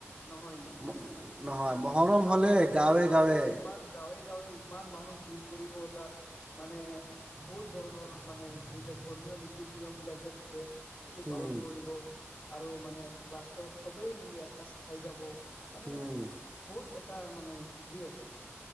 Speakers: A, on the left (about 45°); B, on the right (about 20°).
A: নহয়, নহয়
B: ম নহয় মহৰম
A: আগত
B: হ'লে
A: মহৰম
B: গাঁৱে
A: পাতিলে
B: গাঁৱে
A: ইমান গাঁৱে-গাঁৱে। ইমান মানুহ ভিৰ কৰিব তাত মানে বহুত ধৰণৰ মানে যিয়া ধৰ্মীয় নীতি নিয়ম বিলাক যে থাকে। এইটো পালন
B: উম
A: কৰিব আৰু মানে লাষ্টত চবেই মিলি এসাঁজ খাই যাব।
B: <inaudible>
A: মানে বহুত এটা মানে হেৰি আছিল